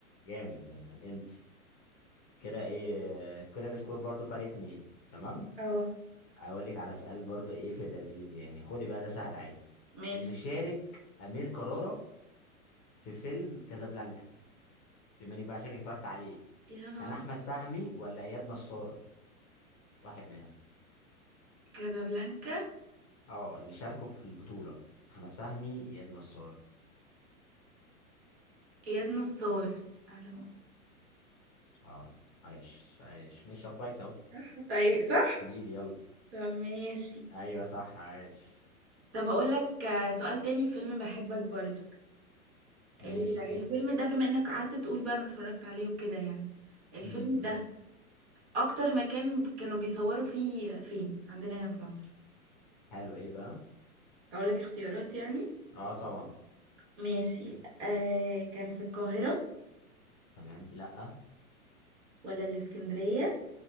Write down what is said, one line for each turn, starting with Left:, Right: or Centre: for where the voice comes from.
Left: جامد يعني انسي كده ايه كده السكور برضو فرق اتنين تمام
Right: اه
Left: اقول لك على سؤال برضو ايه في اللذيذ يعني خدي بقى ده سهل عادي
Right: ماشي
Left: اللي شارك امير كرارة في فيلم كازابلانكا بما انك بقى شارك اتفرجت عليه
Right: يا نهار
Left: كان احمد فهمي ولا اياد نصار واحد منهم
Right: كازابلانكا
Left: اه اللي شاركوا في البطولة احمد فهمي اياد نصار
Right: اياد نصار على ما-
Left: اه عايش عايش ماشي كويس اهو
Right: صح طيب صح
Left: قولي لي يلا
Right: طب ماشي
Left: ايوه صح عايش
Right: طب اقول لك آه، سؤال تاني في فيلم بحبك برضو
Left: ماشي
Right: ال-
Left: ايه
Right: الفيلم ده بما انك قعدت تقول بقى انا اتفرجت عليه وكده يعني الفيلم
Left: امم
Right: ده اكتر مكان كانوا بيصوروا فيه فين عندنا هنا في مصر
Left: حلو ايه بقى
Right: اقول لك اختيارات يعني
Left: اه طبعا
Right: ماشي آه كان في القاهرة
Left: تمام لا
Right: ولا الإسكندرية